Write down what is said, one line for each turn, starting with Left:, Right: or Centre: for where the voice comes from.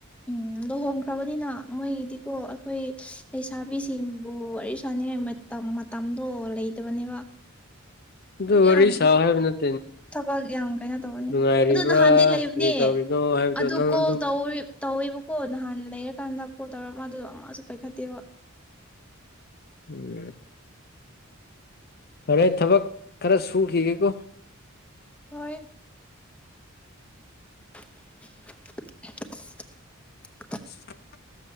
Centre: ꯎꯝ ꯂꯨꯍꯣꯡꯈ꯭ꯔꯕꯅꯤꯅ ꯃꯣꯏꯗꯤꯀꯣ ꯑꯩꯈꯣꯏ ꯂꯩꯁꯥꯕꯤꯁꯤꯡꯕꯨ ꯋꯥꯔꯤ ꯁꯅꯤꯡꯉꯥꯏ ꯃꯇꯝ ꯃꯇꯝꯗꯣ ꯂꯩꯇꯕꯅꯦꯕ
Left: ꯑꯗꯨ ꯋꯥꯔꯤ
Centre: ꯌꯥꯝ
Left: ꯁꯥꯎ ꯍꯥꯏꯕꯅꯠ
Centre: ꯊꯕꯛ ꯌꯥꯝ ꯀꯩꯅꯣ ꯇꯧꯕꯅꯤ
Left: ꯅꯨꯡꯉꯥꯏꯔꯤꯕ꯭ꯔꯥ
Centre: ꯑꯗꯨ ꯅꯍꯥꯟꯗꯤ ꯂꯩꯕꯅꯦ
Left: ꯀꯔꯤ ꯇꯧꯔꯤꯅꯣ ꯍꯥꯏꯕꯗꯣ
Centre: ꯑꯗꯨ
Left: ꯅꯪ
Centre: ꯀꯣꯜ
Left: ꯑꯗꯨꯝ
Centre: ꯇꯧ ꯇꯧꯋꯦꯕꯀꯣ ꯅꯍꯥꯟ ꯂꯩꯔꯀꯥꯟꯗ ꯀꯣꯜ ꯇꯧꯔ ꯃꯥꯗꯨ ꯑꯃꯁꯨ ꯄꯥꯏꯈꯠꯇꯦꯕ
Left: ꯎꯝ ꯐꯔꯦ ꯊꯕꯛ ꯈꯔ ꯁꯨꯈꯤꯒꯦꯀꯣ
Centre: ꯍꯣꯏ <inaudible>
Left: <inaudible>